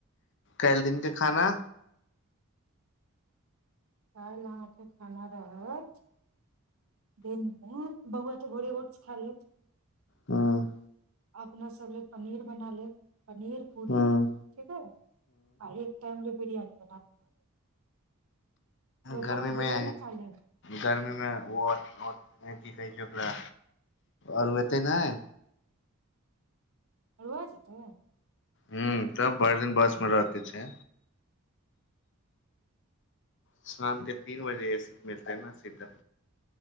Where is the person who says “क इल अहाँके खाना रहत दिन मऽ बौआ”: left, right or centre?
Right